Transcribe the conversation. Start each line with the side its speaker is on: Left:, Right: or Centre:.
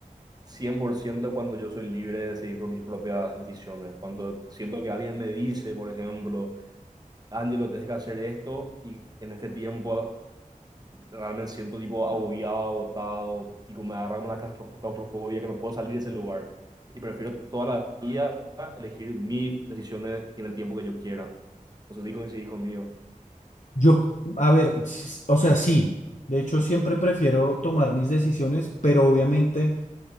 Right: cien por ciento cuando yo soy libre de decidir por mis propias decisiones. Cuando siento que alguien me dice, por ejemplo, Ángelo, tienes que hacer esto, y en este tiempo realmente siento tipo agobiado, agotado, tipo me agarra una claustrof- claustrofobia que no puedo salir de ese lugar. Y prefiero toda la vida elegir mis decisiones en el tiempo que yo quiera. No sé si coincidís conmigo.
Left: Yo, a ver, s- o sea, sí, de hecho siempre prefiero tomar mis decisiones, pero obviamente